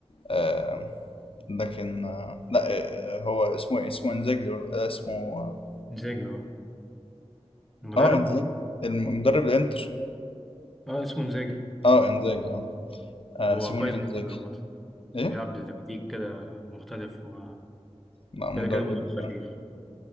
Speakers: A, on the left; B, in the centre.
A: آه، لكن آه، لا آه، هو اسمه إيه؟ اسمه انزاجي ولا- آه، اسمه اه
B: انزاجي اه المدرب
A: آه، انزاجي المدرب الانتر
B: اه اسمه انزاجي
A: اه انزاجي اه آه،
B: هو
A: سيموني
B: كويس جدا
A: انزاجي
B: عامة
A: ايه
B: بيلعب بتكتيك كده مختلف و
A: لا مدرب
B: كده كده مدرب
A: آه،
B: فشيخ